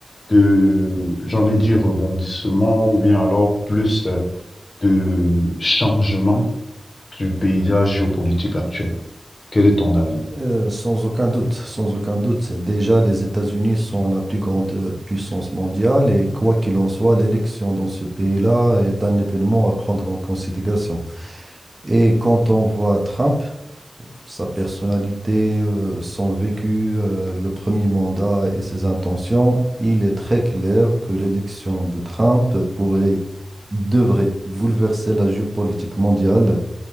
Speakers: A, on the left; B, on the right.
A: de, j'ai envie de dire, rebondissement ou bien alors plus euh, de changement du paysage géopolitique actuel? Quel est ton avis?
B: Euh, sans aucun doute, sans aucun doute. Déjà, les États-Unis sont la plus grande euh, puissance mondiale et quoi qu'il en soit, l'élection dans ce pays-là est un événement à prendre en considération. Et quand on voit Trump, sa personnalité, euh, son vécu, euh, le premier mandat et ses intentions, il est très clair que l'élection de Trump pourrait, devrait bouleverser la géopolitique mondiale